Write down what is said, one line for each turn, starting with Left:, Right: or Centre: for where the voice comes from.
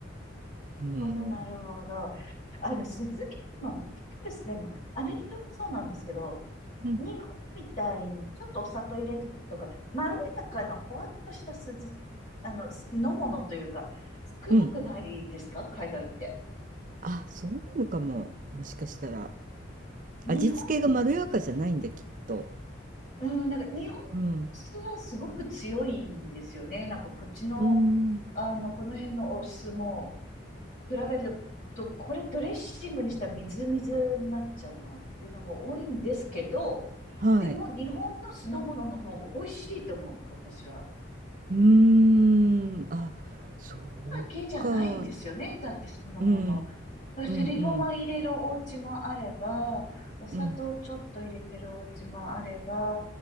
Right: うん。
Left: ほど、なるほど。あの、酢漬けでも、ピクルスでも、アメリカもそうなんですけど、
Right: うん。
Left: 日本みたいにちょっとお砂糖入れてとか、まろやかなほわっとした酢漬、あの、酢の物というか、少なくないですか海外って。
Right: うん。あ、そうなのかも。もしかしたら。
Left: 日本
Right: 味付けがまろやかじゃないんだ、きっと。
Left: うん、なんか日本の
Right: うん。
Left: お酢はすごく強いんですよね。なんかこっちの、
Right: うん。
Left: あの、この辺のお酢も比べると、これドレッシングにしたらみずみずになっちゃうなっていうのが多いんですけど、
Right: はい。
Left: でも日本の酢の物の方が美味しいと思う、私は。
Right: うーん。あ、そうか。
Left: だけじゃないですよね。だって酢の物。
Right: うん。うんうん。
Left: すりごま入れるお家もあれば、お砂糖ちょっと入れてるお家もあれば、
Right: うん。